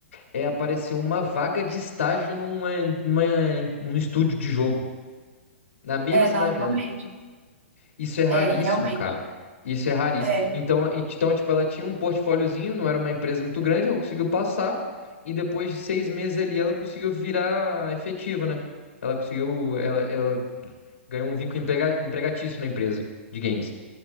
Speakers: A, on the left; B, on the right.
A: é, apareceu uma vaga de estágio numa, numa, num estúdio de jogo, na mesma
B: É,
A: cidade
B: não, realmente.
A: dela. Isso é raríssimo,
B: É, realmente.
A: cara. Isso é raríssimo.
B: É,
A: Então, e- então, tipo, ela tinha um portfóliozinho, não era uma empresa muito grande, ela conseguiu passar, e depois de seis meses ali, ela conseguiu virar efetiva, né? Ela conseguiu, ela, ela ganhou um vínculo emprega- empregatício na empresa de games,